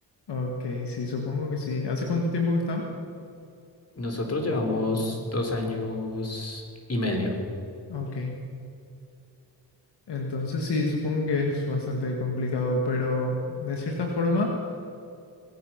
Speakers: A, on the left (about 75°); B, on the left (about 35°).
A: Ok, sí, supongo que sí. ¿Hace cuánto tiempo que están?
B: Nosotros llevamos dos años y medio.
A: Ok. Entonces sí, supongo que es bastante complicado, pero de cierta forma,